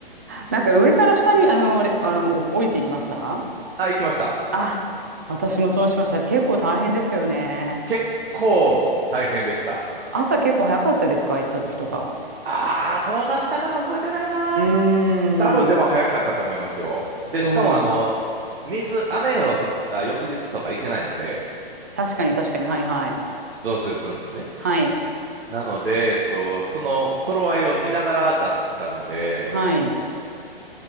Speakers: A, on the right; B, on the right.
A: なんか上から下にあの、れあの、お降りていきました
B: た。あ、行きました。
A: あ、私もそうしました。結構大変ですよね。
B: 結構大変でした。
A: 朝結構早かったですか行った時とか。
B: あー、どうだったかな覚えてないな。
A: うーん。
B: 多分でも早かったと思いますよ。で、
A: そ
B: しかもあの、水、雨が降った翌日とか行けないので、
A: う。確かに確かに。はいはい。
B: 増水するのでね。
A: はい。
B: なので、えっと、その頃合いを見ながらだったので、
A: はい。